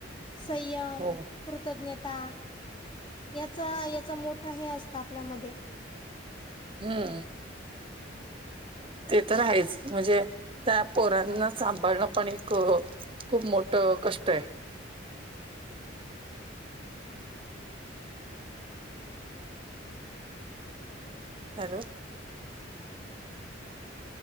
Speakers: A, on the left; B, on the right.
A: संयम.
B: हो
A: कृतज्ञता याचा याचा मोठा हे असतं. आपल्यामध्ये
B: हम्म ते तर आहेच. म्हणजे त्या पोरांना सांभाळणं पण एक खूप मोठ कष्ट आहे. हॅलो,